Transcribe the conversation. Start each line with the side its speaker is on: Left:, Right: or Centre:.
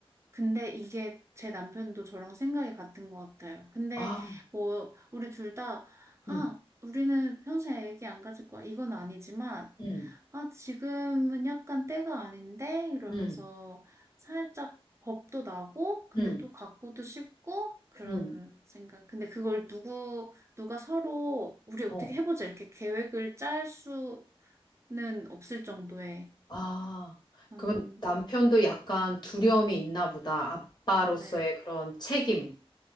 Right: 근데 이게 제 남편도 저랑 생각이 같은 것 같아요. 근데
Left: 아,
Right: 뭐 우리 둘 다, 아,
Left: 응,
Right: 우리는 평생 애기 안 가질 거야. 이건 아니지만,
Left: 응,
Right: 아, 지금은 약간 때가 아닌데? 이러면서
Left: 응,
Right: 살짝 겁도 나고, 근데
Left: 응,
Right: 또 갖고도 싶고, 그런
Left: 응.
Right: 생각. 근데 그걸 누구, 누가 서로, 우리 어떻게
Left: 어.
Right: 해보자. 이렇게 계획을 짤 수는 없을 정도의,
Left: 아,
Right: 음,
Left: 그럼 남편도 약간 두려움이 있나 보다. 아빠로서의
Right: 네,
Left: 그런 책임.